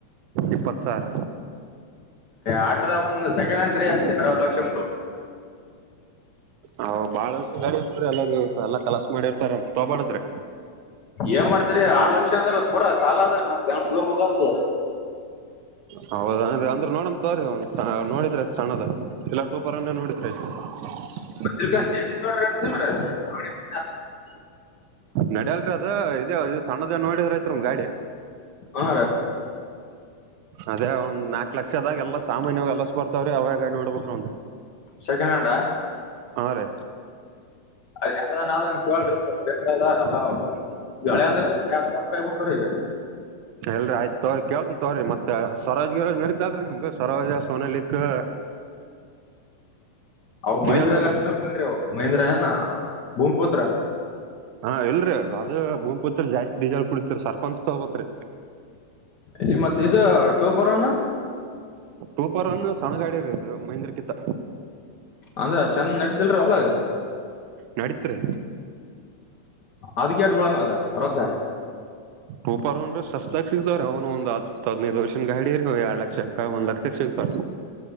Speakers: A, on the right (about 75°); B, on the left (about 80°).
A: ಇಪ್ಪತ್ತು ಸಾವ್ರ.
B: ಆಟ್ರದ ಒಂದು ಸೆಕೆಂಡ್ ಹ್ಯಾಂಡ ರೀ ಎರಡುವರ್ ಲಕ್ಷ ಮೂ <inaudible>
A: ಓ ಬಹಳ ವರ್ಷ ಗಾಡಿ <unintelligible> ಇರ್ತಾರ ಎಲ್ಲಾರು ಎಲ್ಲಾ ಕಲಸ ಮಾಡಿರ್ತಾರ ಅಂತ ತಗಬಾಡದ್ರಿ.
B: ಏನ್ ಮಾಡ್ತರಿ ಆರ್ ಲಕ್ಷ ಅಂದ್ರ ಪೂರಾ ಸಾಲ ಆದ್ರ ಮತ್ ಗಂ <unintelligible> ಹೋಗ್ಬೇಕು
A: ಹೌದನ್ರಿ ಅಂದ್ರೆ ನೋಡನ್ ತೋರಿ ಒಂದ್ ನೋಡಿದ್ರಾತ್ ಸಣ್ಣದು ಎಲ್ಲಾ ಟೂಪರ್ನ್ನೇ ನೋಡಿದ್ರ ಆತು. ಹ
B: <unintelligible>
A: ನಡಯಲ್ರಿ ಅದು ಇದು ಈ ಸಣ್ಣದೆ ನೋಡಿದ್ರಾತ್ ನಮ್ ಗಾಡಿ.
B: ಹಾ ರಿ.
A: ಅದೇ ಒಂದ್ ನಾಲ್ಕ್ ಲಕ್ಷದಾಗ ಎಲ್ಲಾ ಸಾಮಾನ್ಯವಾಗಿ ಎಲ್ ಎಸ್ ಬರ್ತಾವ್ರೀ ಅವಾಗಾಗಿ ನೋಡ್ಬಬೇಕ್ರ ಒಂದ್.
B: ಸೆಕಂಡ್ ಹ್ಯಾಂಡಾ.
A: ಹಾದ್ ರೀ.
B: ಅದ <unintelligible> ಕೇಳ್ರಿ ಬೇಕಾದಾದ ಎಲ್ಲ <unintelligible>
A: ಎಲ್ರಿ ಆಯ್ತ ತ್ರರಿ ಕೇಳ್ತಿನ್ ತೋರಿ ಮತ್ತೆ ಸ್ವರಾಜ್ ಗಿರಾಜ್ ನಡ್ದಲ್ರಿ ನಿಮ್ಗೆ ಸ್ವರಾಜ. ಸೋನಲಿಕ್ಕೆ
B: ಅವು ಮಹೀಂದ್ರಾ
A: ಇದೇ ತಗೋ
B: ಗಾಡಿ ಬ <unintelligible> ಮಹೇಂದ್ರ ಹ ನ ಭೂ ಪುತ್ರ.
A: ಹಾ ಎಲ್ರರಿ ಅದ ಭೂಮಪುತ್ರಿ ಜಾಸ್ತಿ ಡೀಜಾಲ್ ಕುಡತ್ರಿ ಸರ್ಪಂಚ್ ತಗಬೇಕ್ರಿ.
B: ನಿ ಮತ್ ಇದು ಟೂಪರೋನು.
A: ಟೂಪರ್ ಒನ್ ಸಣ್ಣಗಾಡಿ ರ ಇದು ಮಹೀಂದ್ರ ಕಿತ್ತ
B: ಅಂದ್ರ ಚಂದ ನಡತಿಲ್ರ ಅವಲಾಗ
A: ನಡೀತ್ರಿ
B: ಅದಕ್ಕೆೇಟ ಬಿಳಂಗ ಅದ ರೊಕ್ಕ
A: ಡೂಪರ್ ಅಂದ್ರೆ ಸಸ್ತಾಗಿ ಸಿಗತವ ಅವನು ಒಂದ್ ಹದನೈದು ವರ್ಷನ್ ಗಾಡಿ ಇ ಎರಡ್ ಲಕ್ಷಕ್ಕ ಒಂದ್ ಲಕ್ಷಕ್ಕ ಸಿಗ್ತವರಿ